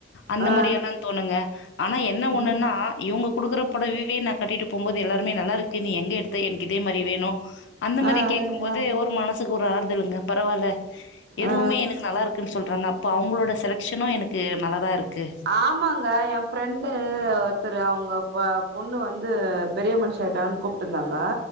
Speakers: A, on the left; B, on the right.
A: அந்த
B: ஆ
A: மாரி எல்லா தோணுங்க ஆனா என்ன ஒண்ணுன்னா
B: ம்
A: இவங்க குடுக்குற புடவவே ந கட்டிட்டு போம்போது எல்லாருமே நல்லா இருக்கு நீ எங்க எடுத்த எனக்கு இதே மாதிரி வேணு அந்த மாதிரி
B: ஆ
A: கேக்கும்போது
B: ஆ
A: ஒரு மான மனசுக்கு ஒரு ஆறுதலுங்க பரவாயில்ல எதுவுமே
B: ஆ ஆ
A: எனக்கு நல்லா இருக் இருக்குன்னு சொல்றாங்க அப்போ அவங்களோட செலக்ஷனு எனக்கு நல்லா தா இருக்கு
B: ஆமாங்க ஏ ஃப்ரெண்டு ஒருத்தரு அவங்க ப பொண்ணு வந்து பெரிய மனுஷி ஆயிட்டான்னு கூப்டு இருந்தாங்க